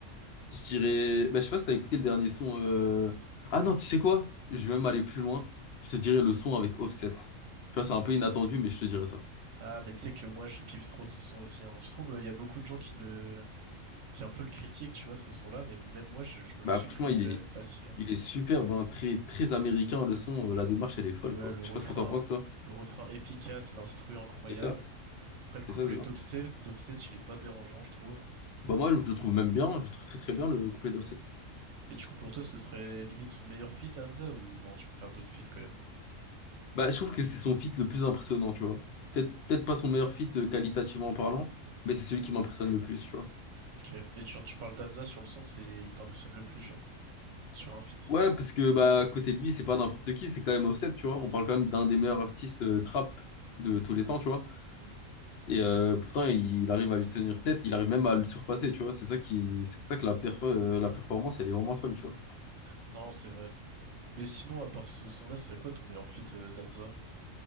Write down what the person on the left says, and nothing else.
Je dirais. Bah, je sais pas si t'as écouté le dernier son. euh, Ah non, tu sais quoi? Je vais même aller plus loin. Je te dirais le son avec Offset. Tu vois, c'est un peu inattendu, mais je te dirais ça.
Bah,
franchement,
il
est,
il est superbe, hein, Très, très américain, le son. euh, La démarche, elle est folle,
quoi.
Je
sais pas ce que t'en penses, toi.
C'est ça?
C'est
ça, c'est ça.
Bah, moi, je le trouve même bien. Je le trouve très, très bien, le couplet d'Offset.
Bah, je trouve que c'est son feat le plus impressionnant, tu vois. Peut-être, peut-être pas son meilleur feat euh, qualitativement parlant, mais c'est celui qui m'impressionne le plus, tu vois.
Ouais, parce que bah à côté de lui, c'est pas n'importe qui, c'est quand même Offset, tu vois. On parle quand même d'un des meilleurs artistes euh, trap de tous les temps, tu vois.
Et euh, pourtant, il arrive à lui tenir tête, il arrive même à le surpasser, tu vois. C'est ça qui, c'est pour ça que la perf- euh, la performance, elle est vraiment folle, tu vois.